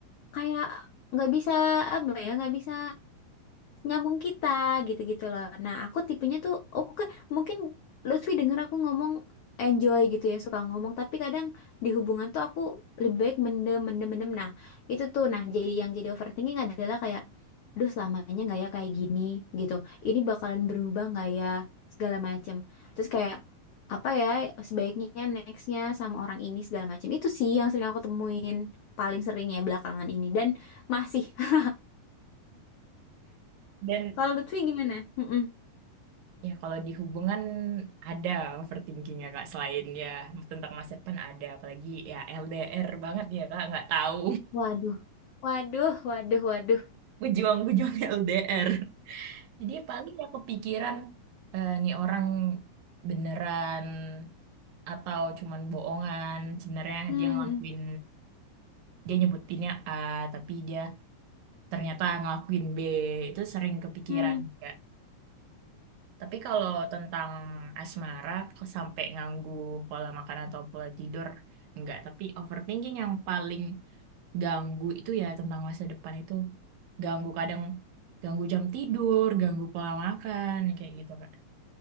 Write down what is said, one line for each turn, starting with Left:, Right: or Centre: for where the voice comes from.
Left: kayak nggak bisa apa ya, nggak bisa. nyambung kita gitu-gitu loh. Nah, aku tipenya tuh oke, mungkin Lutfi denger aku ngomong enjoy gitu ya, suka ngomong, tapi kadang di hubungan tuh aku lebih baik mendem mendem mendem. Nah, itu tuh nah jadi yang jadi overthinking adalah kayak duh selamanya nggak ya kayak gini gitu. Ini bakalan berubah nggak ya segala macem. Terus kayak apa ya sebaiknya nextnya sama orang ini segala macem. Itu sih yang sering aku temuin paling sering ya belakangan ini dan masih. <laughs>
Right: Dan
Left: Kalau Lutfi gimana? Mm-mm.
Right: ya kalau di hubungan ada overthinking ya Kak, selain ya tentang masa depan ada, apalagi ya LDR banget ya Kak, nggak tahu
Left: Waduh, waduh, waduh, waduh.
Right: <laughs> pejuang-pejuang LDR. Jadi ya paling ya kepikiran eh, nih orang beneran atau cuman bohongan, sebenarnya
Left: Hmm,
Right: dia ngelakuin
Left: hmm.
Right: dia nyebutinnya A tapi dia ternyata ngelakuin B, itu sering kepikiran.
Left: hmm.
Right: ya. Tapi kalau tentang asmara, kok sampai nganggu pola makan atau pola tidur, enggak. Tapi overthinking yang paling ganggu itu ya tentang masa depan itu ganggu kadang ganggu jam tidur, ganggu pola makan, kayak gitu Kak.